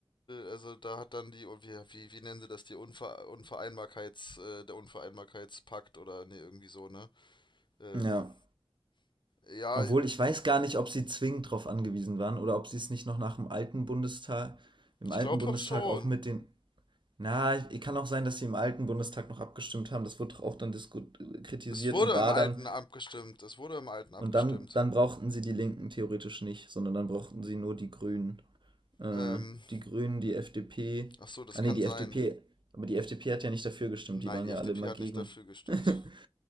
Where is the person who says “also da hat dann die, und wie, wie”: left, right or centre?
Left